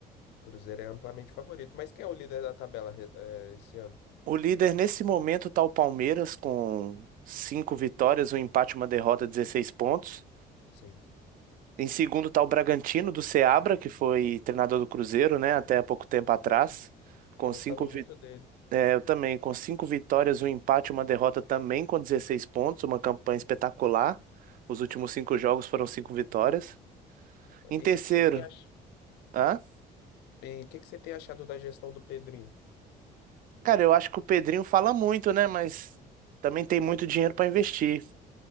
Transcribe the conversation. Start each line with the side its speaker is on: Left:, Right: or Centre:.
Left: O Cruzeiro é amplamente favorito. Mas quem é o líder da tabela, re- é, esse ano?
Right: O líder nesse momento tá o Palmeiras com 5 vitórias, um empate, uma derrota, 16 pontos.
Left: Sim.
Right: Em segundo tá o Bragantino do Seabra, que foi treinador do Cruzeiro, né, até há pouco tempo atrás,
Left: Gostava,
Right: com
Left: gostava
Right: cinco vi-
Left: muito dele.
Right: é, eu também, com cinco vitórias, um empate, uma derrota também com 16 pontos, uma campanha espetacular. Os últimos cinco jogos foram cinco vitórias. Em terceiro,
Left: E o que que você tem ach...
Right: hã?
Left: E que que você tem achado da gestão do Pedrinho?
Right: Cara, eu acho que o Pedrinho fala muito, né, mas também tem muito dinheiro para investir.